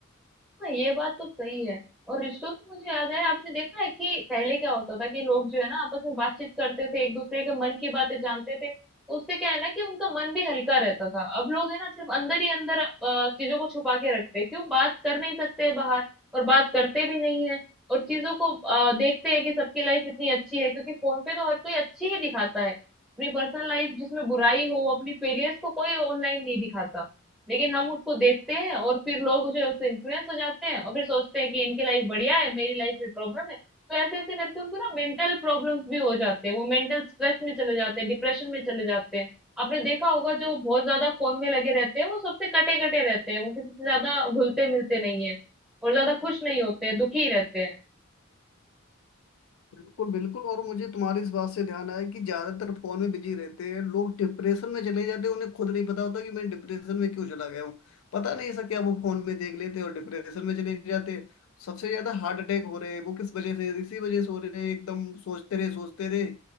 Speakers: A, in the centre; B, on the left.
A: हाँ, ये बात तो सही है और रिश्तों से मुझे याद है आपने देखा है कि पहले क्या होता था कि लोग जो है ना आपस में बातचीत करते थे एक दूसरे के मन की बातें जानते थे तो उससे क्या है ना कि उनका मन भी हल्का रहता था अब लोग है ना सिर्फ अंदर ही अंदर अ, चीजों को छुपा के रखते हैं क्यों बात कर नहीं सकते हैं बाहर और बात करते भी नहीं है और चीजों को अ, देखते हैं कि सबकी लाइफ इतनी अच्छी है क्योंकि फोन पे तो हर कोई अच्छी ही दिखाता है अपनी पर्सनल लाइफ जिसमें बुराई हो अपनी फेलियर्स को कोई ऑनलाइन नहीं दिखाता लेकिन हम उसको देखते हैं और फिर लोग जो है उससे इन्फ्लुएंस हो जाते हैं और फिर सोचते हैं कि इनकी लाइफ बढ़िया है मेरी लाइफ में प्रॉब्लम है तो ऐसे ऐसे करके उनको ना मेंटल प्रॉब्लम्स भी हो जाते हैं वो मेंटल स्ट्रेस में चले जाते हैं डिप्रेशन में चले जाते हैं आपने देखा होगा जो बहुत ज्यादा फोन में लगे रहते हैं वो सबसे कटे कटे रहते हैं वो किसी से ज्यादा घुलते मिलते नहीं है और ज्यादा खुश नहीं होते हैं दुखी रहते हैं
B: बिल्कुल बिल्कुल और मुझे तुम्हारी इस बात से ध्यान आया कि ज्यादातर फोन में बिजी रहते हैं लोग डिप्रेशन में चले जाते हैं उन्हें खुद नहीं पता होता कि मैं डिप्रेशन में क्यों चला गया हूँ पता नहीं ऐसा क्या वो फोन में देख लेते हैं और डिप्रेशन में चले जाते हैं सबसे ज्यादा हार्ट अटैक हो रहे हैं वो किस वजह से इसी वजह से हो रहे हैं एकदम सोचते रहे सोचते रहे